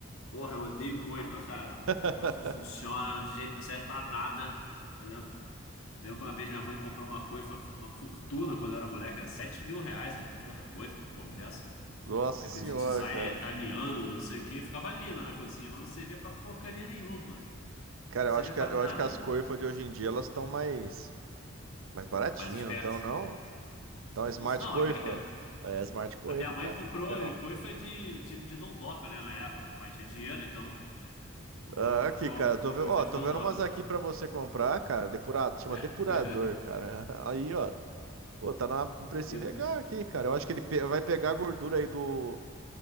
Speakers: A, on the left (about 80°); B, on the right (about 75°).
A: porra, eu odeio coifa, cara.
B: <laughs>
A: O negócio não funciona, de jeito não serve pra nada. Entendeu? Lembro que uma vez minha mãe comprou uma coifa, uma fortuna quando eu era moleque, era sete mil reais a porra da coifa, uma porra dessa.
B: Nossa
A: Aí
B: senhora,
A: com de designer
B: cara.
A: italiano, não sei o que, ficava linda na cozinha, mas não servia pra porcaria nenhuma.
B: Cara,
A: Não servia
B: eu acho que,
A: pra
B: a- eu
A: nada,
B: acho que as coifas
A: né?
B: de hoje em dia elas estão mais, mais baratinhas,
A: Tô Mais esperto.
B: não estão, não? Então, Smart
A: Não, não,
B: Coifa?
A: a, a-
B: É, Smart Coifa,
A: a minha mãe
B: cara,
A: comprou
B: você não sabia, não?
A: coifa de, de, de dondoca, né, na época. Meu pai tinha dinheiro, então comprou
B: Ah, aqui,
A: uma,
B: cara,
A: uma
B: eu tô, ve-
A: coifa
B: ó,
A: de
B: tô
A: dondoca.
B: vendo umas aqui pra você comprar, cara, depurado, chama
A: <laughs>
B: depurador, cara. <laughs> Aí, ó, Pô, tá na- um precinho
A: Depo-
B: legal aqui, cara. Eu acho que ele pe- vai pegar a gordura aí do,